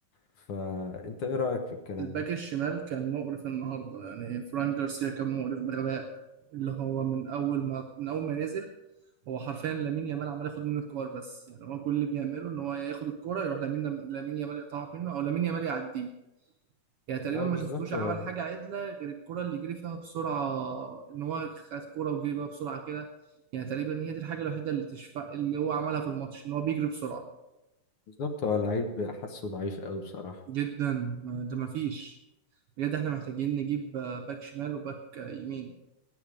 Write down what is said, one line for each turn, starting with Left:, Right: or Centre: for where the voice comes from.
Left: فأنت إيه رأيك في الكلام
Right: الباك
Left: ده؟
Right: الشمال كان مقرف النهاردة يعني فران جارسيا كان مقرف بغباء اللي هو من أول ما من أول ما نزل هو حرفيا لامين يامال عمال ياخد منه الكور بس يعني هو كل اللي بيعمله إن هو ياخد الكورة يروح لامين لامين يامال يقطعها منه أو لامين يامال يعديه يعني تقريبا
Left: اه
Right: ما
Left: بالظبط
Right: شفتوش عمل
Left: هو
Right: حاجة عدلة غير الكرة اللي جري فيها بسرعة إن هو خد كرة وجري بيها بسرعة كده يعني تقريبا هي دي الحاجة الوحيدة اللي تشفى اللي هو عملها في الماتش إن هو بيجري بسرعة
Left: بالظبط هو لعيب حاسه ضعيف قوي بصراحة
Right: جدا ده ما فيش بجد إحنا محتاجين نجيب آه، باك شمال وباك آه، يمين